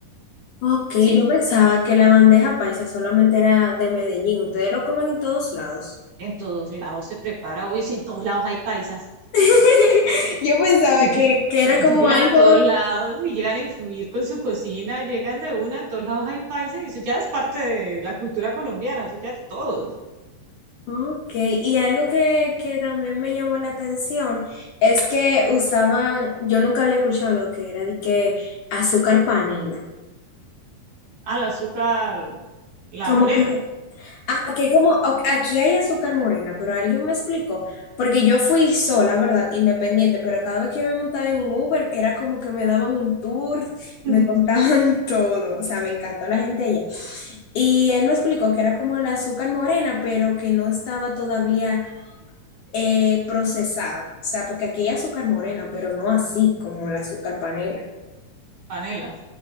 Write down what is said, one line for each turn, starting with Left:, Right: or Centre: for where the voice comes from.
Left: Ok,
Right: ¿sí?
Left: yo pensaba que la bandeja paisa solamente era de Medellín. Ustedes lo comen en todos lados.
Right: En todos lados se prepara, obvio, si en todos lados hay paisas
Left: <laughs> Yo pensaba
Right: Ellos,
Left: que, que era
Right: ellos
Left: como
Right: llegan
Left: algo,
Right: a todos lados y llegan a influir con su cocina, llegan de una, en todos lados hay paisa y eso ya es parte de la cultura colombiana, eso ya es de todos.
Left: ok, y algo que, que también me llamó la atención es que usaban, yo nunca había escuchado lo que era de que azúcar panela.
Right: Al azúcar, la
Left: Como
Right: morena,
Left: que Ajá, que como o- aquí hay azúcar morena, pero alguien me explicó, porque yo fui sola, ¿verdad? Independiente, pero cada vez que yo me montaba en un Uber era como que me daban un tour,
Right: <laughs>
Left: me contaban <laughs> todo, o sea, me encantó la gente allá. Y él me explicó que era como el azúcar morena, pero que no estaba todavía eh, procesada, o sea, porque aquí hay azúcar morena, pero no así como el azúcar panela.
Right: panela.